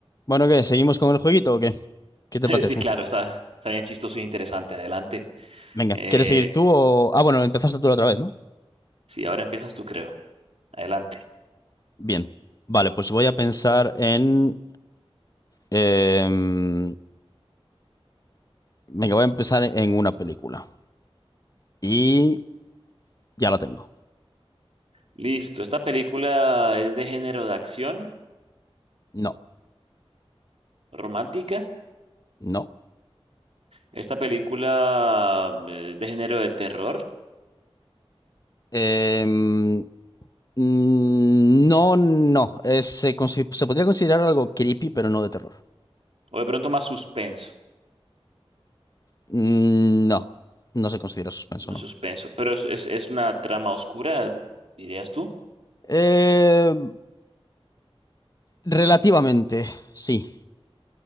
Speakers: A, on the left; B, on the right.
A: Bueno, ¿qué? ¿Seguimos con el jueguito o qué? ¿Qué te
B: <laughs>
A: parece?
B: Sí, claro, está, está bien chistoso y interesante. Adelante.
A: Venga,
B: Eh,
A: ¿quieres seguir tú o...? Ah, bueno, empezaste tú la otra vez, ¿no?
B: sí, ahora empiezas tú, creo. Adelante.
A: Bien. Vale, pues voy a pensar en... em, Venga, voy a empezar en una película. Y ya la tengo.
B: Listo. Esta película es de género de acción
A: No,
B: romántica.
A: no.
B: Esta película eh, de género de terror.
A: Em, mm, no, no. Eh, se, consi- se podría considerar algo creepy, pero no de terror.
B: O de pronto más suspenso.
A: Mm, no, no se considera suspenso,
B: No
A: ¿no?
B: suspenso. Pero es, es, es una trama oscura, dirías tú.
A: Em, relativamente, sí.